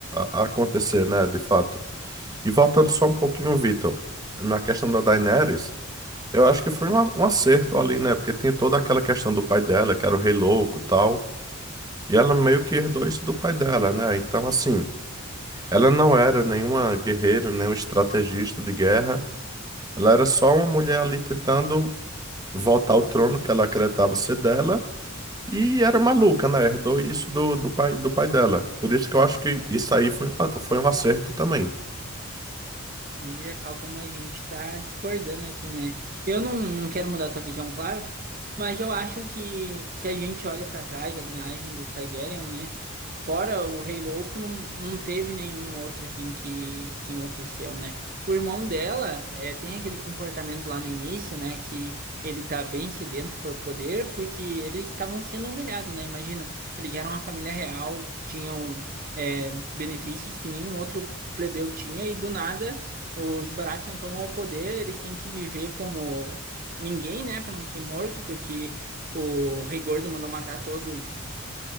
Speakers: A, on the right; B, on the right.
A: a, a acontecer, né, de fato. E voltando só um pouquinho, Vitor, na questão da Daenerys, eu acho que foi um, a- um acerto ali, né, porque tem toda aquela questão do pai dela, que era o Rei Louco e tal, e ela meio que herdou isso do pai dela, né, então assim, ela não era nenhuma guerreira, nenhuma estrategista de guerra, ela era só uma mulher ali tentando voltar ao trono que ela acreditava ser dela. E era maluca, né? Herdou isso do, do pai, do pai dela. Por isso que eu acho que isso aí foi, um a- foi um acerto também.
B: Veja cá como a gente tá discordando aqui, né? Eu não, não quero mudar tua visão, claro, mas eu acho que se a gente olha pra trás, a linhagem do Targaryen, né? Fora o Rei Louco, não, não teve nenhum outro assim que, que enlouqueceu, né? O irmão dela é, tem aquele comportamento lá no início, né? Que ele tá bem sedento por poder, porque eles estavam sendo humilhados, né? Imagina, eles eram uma família real, tinham é, benefícios que nenhum outro plebeu tinha, e do nada. Os Baratheon tomam o poder, eles têm que viver como ninguém, né, Pra não ser morto, porque o Rei Gordo mandou matar todos,